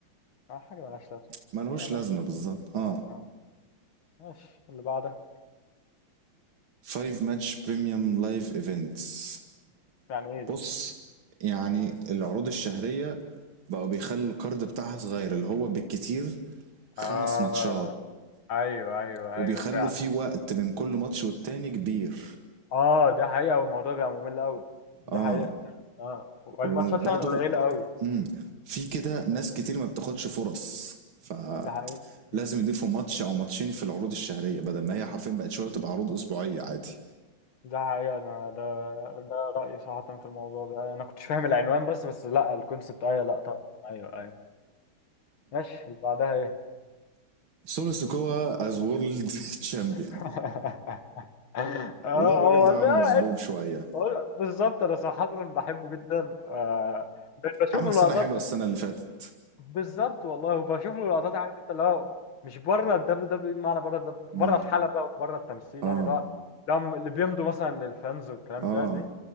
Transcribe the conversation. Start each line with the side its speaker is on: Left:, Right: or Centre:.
Left: آه حاجة ملهاش لازمة
Right: فملهوش
Left: حاجة ملهاش
Right: لازمة
Left: لازمة
Right: بالظبط اه
Left: آه آه ماشي اللي بعده
Right: 5 ماتش بريميوم لايف ايفنتس
Left: يعني ايه دي
Right: بص يعني العروض الشهرية بقوا بيخلوا الكارد بتاعها صغير اللي هو بالكتير خمس
Left: اه
Right: ماتشات
Left: ايوه ايوه
Right: وبيخلوا
Left: ايوه فعلا
Right: فيه وقت بين كل ماتش والتاني كبير
Left: اه ده حقيقة والموضوع بيبقى ممل قوي ده
Right: اه
Left: حقيقة فعلا. اه والماتشات
Right: وبرضو
Left: فعلا قليلة قوي
Right: مم. في كده ناس كتير ما بتاخدش فرص فلازم
Left: ده حقيقة مم.
Right: يضيفوا ماتش او ماتشين في العروض الشهرية بدل ما هي حرفيا بقت شوية تبقى عروض اسبوعية عادي
Left: ده حقيقة انا ده ده رأيي صراحة في الموضوع ده انا كنتش فاهم العنوان بس بس لا الكونسبت ايوه لا طبعا ايوه ايوه ماشي اللي بعدها ايه
Right: سولو سيكوا از وورلد تشامبيون
Left: <laughs>
Right: <laughs>
Left: اه
Right: والله الراجل
Left: هو
Right: ده
Left: لا
Right: عم مظلوم شوية
Left: هو بالظبط انا صراحة بحبه جدا آه بشوف
Right: عمل
Left: له
Right: سنة
Left: لقطات
Right: حلوة السنة اللي فاتت
Left: بالظبط والله وبشوف له لقطات عارف انت اللي هو مش بره الدبليو دبليو اي بمعنى بره الدب-
Right: مم.
Left: بره الحلبه وبره التمثيل
Right: اه
Left: يعني اللي هو اللي هم- اللي بيمضوا مثلا للفانز والكلام
Right: اه
Left: ده دي